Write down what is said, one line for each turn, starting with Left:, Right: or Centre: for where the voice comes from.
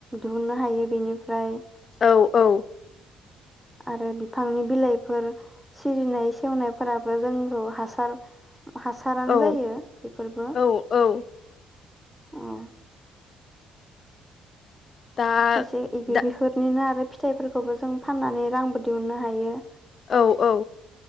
Centre: दिहुननो हायो बेनिफ्राय
Left: औ औ।
Centre: आरो बिफांनि बिलाइफोर सिरिनाय सेवनायफोराबो जोंखौ हासार हासारानो
Left: औ
Centre: जायो बेफोरबो उम।
Left: औ औ दा
Centre: खायसे इबिफोरनिनो
Left: दा
Centre: आरो फि फिथाइफोरखौबो जों फाननानै रांबो दिहुननो हायो।
Left: औ औ